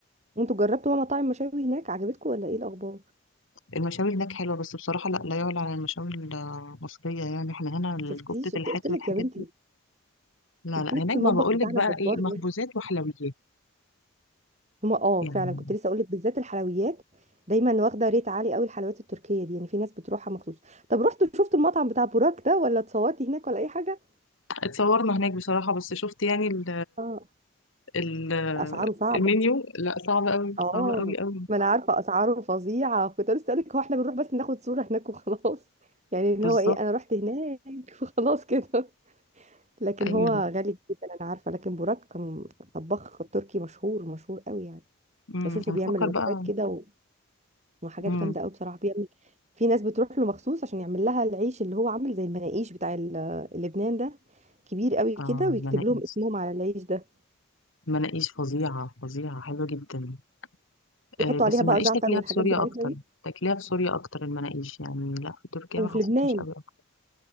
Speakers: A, on the right; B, on the left.
A: وانتوا جربتوا بقى مطاعم مشاوي هناك عجبتكم ولا ايه الاخبار
B: المشاوي هناك حلوه بس بصراحه لا لا يعلى على المشاوي المصريه يعني احنا هنا الكفته
A: شفتي شفتي
B: الحاتي
A: قلت لك
B: والحاجات
A: يا بنتي
B: دي لا
A: قلت
B: لا
A: لك
B: هناك ما
A: المطبخ
B: بقول
A: بتاعنا
B: لك بقى
A: جبار
B: ايه مخبوزات
A: ده
B: وحلويات
A: هما اه
B: يعني
A: فعلا كنت لسه اقول لك بالذات الحلويات دايما واخده ريت عالي قوي الحلويات التركيه دي يعني في ناس بتروحها مخصوص طب رحتوا شفتوا المطعم بتاع بوراك ده ولا اتصورتي هناك ولا اي حاجه
B: اتصورنا هناك بصراحة بس شفت يعني ال
A: اه
B: ال
A: اسعاره صعبه
B: المنيو لا صعب قوي
A: اه
B: صعب قوي قوي
A: ما انا عارفه اسعاره فظيعه كنت لسه اقول لك هو احنا بنروح بس ناخد صوره هناك وخلاص <laughs> يعني اللي
B: بالظبط
A: هو ايه انا رحت هناك <laughs> وخلاص كده لكن
B: ايوه
A: هو غالي جدا انا عارفه لكن بوراك كان طباخ تركي مشهور مشهور قوي يعني
B: امم
A: بشوفه
B: انا
A: بيعمل
B: بفكر بقى
A: وجبات كده و- وحاجات
B: امم
A: جامده قوي بصراحه بيعمل في ناس بتروح له مخصوص عشان يعمل لها العيش اللي هو عامل زي المناقيش بتاع ال- لبنان ده كبير قوي كده
B: اه
A: ويكتب
B: المناقيش
A: لهم اسمهم على العيش ده
B: المناقيش فظيعة فظيعة حلوة جدا آه
A: بيحطوا
B: بس
A: عليها
B: المناقيش
A: بقى زعتر
B: تاكليها
A: والحاجات
B: في سوريا
A: بتاعتنا
B: اكتر
A: دي
B: تاكليها في سوريا اكتر المناقيش يعني لا في تركيا
A: وفي
B: ما حسيتهاش
A: لبنان
B: قوي اكتر